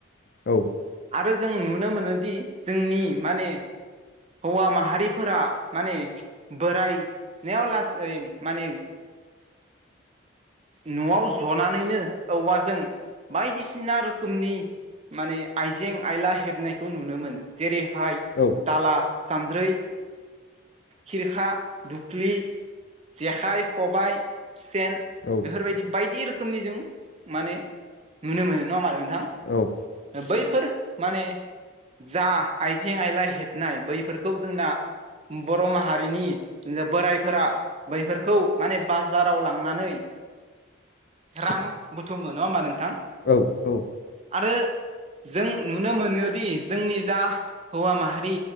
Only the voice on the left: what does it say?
औ
औ
औ
औ
औ औ